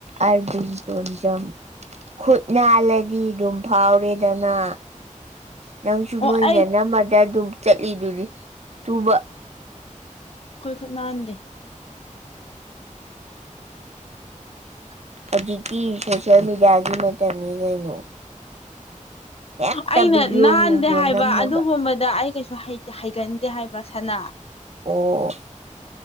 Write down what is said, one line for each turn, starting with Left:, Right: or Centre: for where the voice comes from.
Right: ꯑ ꯇꯗꯝ ꯈꯨꯠ ꯅꯥꯜꯂꯗꯤ ꯑꯗꯨꯝ ꯐꯥꯎꯔꯦꯗꯅ ꯅꯪꯁꯨ
Left: ꯑꯣ
Right: ꯅꯣꯏꯅ
Left: ꯑꯩ ꯑꯩꯈꯣꯏ
Right: ꯅꯝꯃꯗ ꯑꯗꯨꯝ ꯆꯠꯂꯤꯗꯨꯅꯤ ꯇꯨꯕ
Left: ꯑꯩꯈꯣꯏ ꯈꯨꯠ ꯅꯥꯍꯟꯗꯦ <inaudible>
Right: ꯍꯧꯖꯤꯛꯀꯤ ꯁꯣꯁꯤꯌꯦꯜ ꯃꯦꯗꯤꯌꯥꯒꯤ ꯃꯇꯝꯅꯤ ꯀꯩꯅꯣ ꯍꯦꯛꯇ
Left: ꯑꯩꯅ
Right: ꯚꯤꯗꯤꯑꯣ
Left: ꯅꯥꯟꯗꯦ
Right: ꯅꯨꯡꯗꯤꯑꯣ
Left: ꯍꯥꯏꯕ
Right: ꯅꯝꯃꯒ
Left: ꯑꯗꯨꯒꯨꯝꯕꯗ ꯑꯩ ꯀꯩꯁꯨ ꯍꯩꯒꯟꯗꯦ ꯍꯥꯏꯕ ꯁꯅꯥ
Right: ꯑꯣ